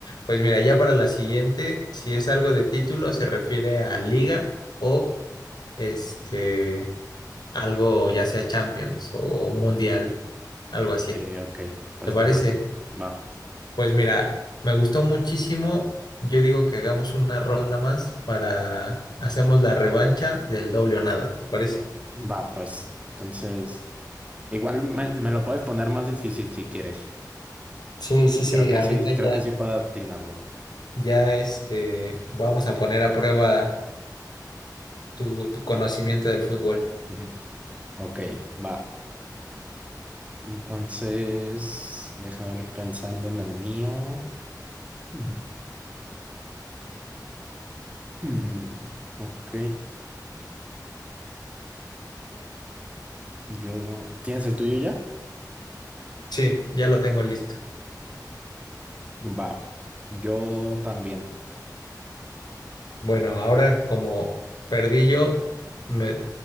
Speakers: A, on the left; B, on the right.
A: Pues mira, ya para la siguiente, si es algo de título, se refiere a liga o este, algo ya sea Champions o Mundial, algo así.
B: Sí, ok, pues
A: ¿Te parece?
B: también. Va,
A: Pues mira, me gustó muchísimo. Yo digo que hagamos una ronda más para hacemos la revancha del doble o nada, ¿te parece?
B: va, pues. Entonces, igual me, me lo puedes poner más difícil si quieres.
A: Sí, sí, sí,
B: Creo que
A: ahorita
B: sí, creo
A: ya.
B: que sí puedo atinarlo.
A: Ya este, vamos a poner a prueba tu, tu conocimiento del fútbol.
B: Ujú. Ok, va. Entonces, déjame ir pensando en el mío. <clears throat> Mm, Mm, Ok, yo... no- ¿Tienes el tuyo ya?
A: Sí, ya lo tengo listo.
B: Va, yo también.
A: Bueno, ahora como perdí yo, me,